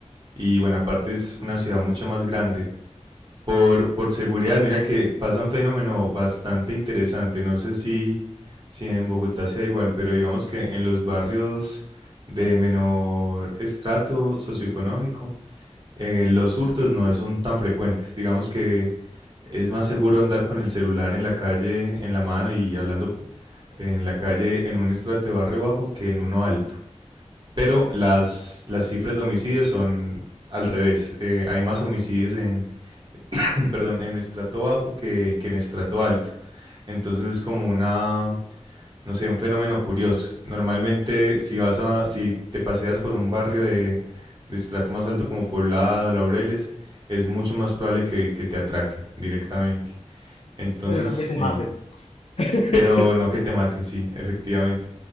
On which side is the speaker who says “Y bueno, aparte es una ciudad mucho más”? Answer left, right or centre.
Right